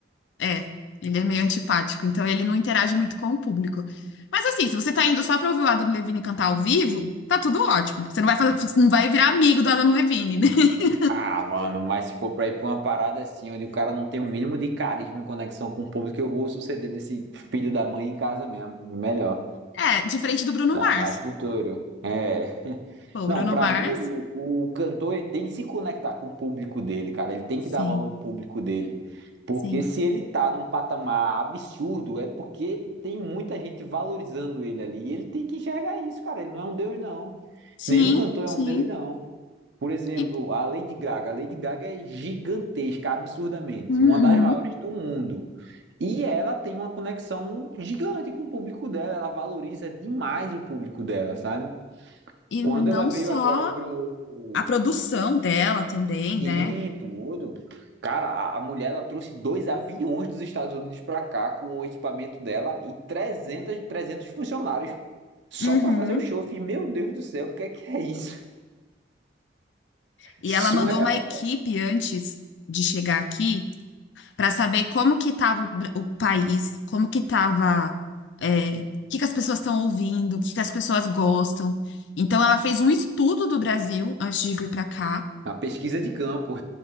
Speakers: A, on the left; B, on the right.
A: É, ele é meio antipático, então ele não interage muito com o público. Mas assim, se você tá indo só pra ouvir o Adam Levine cantar ao vivo, tá tudo ótimo. Você não vai fazer, não vai virar amigo do Adam Levine, né? <laughs>
B: Ah, mano, mas se for pra ir pra uma parada assim, onde o cara não tem o mínimo de carisma e conexão com o público, eu vou suceder desse filho da mãe em casa mesmo. Melhor.
A: É, diferente do Bruno
B: Dá
A: Mars.
B: mais futuro. É.
A: Pô, o
B: Não,
A: Bruno
B: pra
A: Mars.
B: mim o, o cantor ele tem que se conectar com o público dele, cara. Ele tem
A: Sim,
B: que dar valor ao público dele. Porque
A: sim.
B: se ele tá num patamar absurdo, é porque tem muita gente valorizando ele ali. E ele tem que enxergar isso, cara. Ele não é um deus, não.
A: Sim,
B: Nenhum cantor é
A: sim.
B: um deus, não. Por exemplo,
A: E,
B: a Lady Gaga. A Lady Gaga é gigantesca, absurdamente.
A: uhum.
B: Uma das maiores do mundo. E ela tem uma conexão gigante com o público dela. Ela valoriza demais o público dela, sabe?
A: E
B: Quando
A: não
B: ela veio
A: só
B: agora pro
A: a produção dela também, né?
B: Sim, tudo. Cara, a, a mulher ela trouxe dois aviões dos Estados Unidos pra cá com o equipamento dela e 300, 300 funcionários só
A: Uhum.
B: pra fazer o show. Eu fiquei, meu Deus do céu, o que é que é isso?
A: E
B: Surreal,
A: ela mandou uma equipe
B: cara.
A: antes de chegar aqui para saber como que estava o, Bra- o país, como que estava, o que que as pessoas estão ouvindo, o que que as pessoas gostam. Então ela fez um estudo do Brasil antes de vir para cá.
B: A pesquisa de campo.